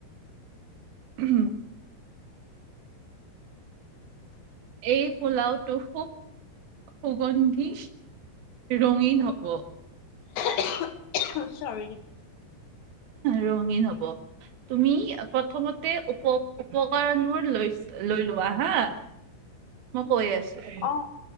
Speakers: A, on the right (about 65°); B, on the left (about 75°).
A: হম! এই পোলাওটো খুব সুগন্ধি ৰঙীন হব।
B: অহ্ অহ্, ‌ চৰি!
A: ৰঙীন হব তুমি প্ৰথমতে উপ, উপকাৰণবোৰ লৈ লৈ লোৱা হা। মই কৈ আছো
B: অ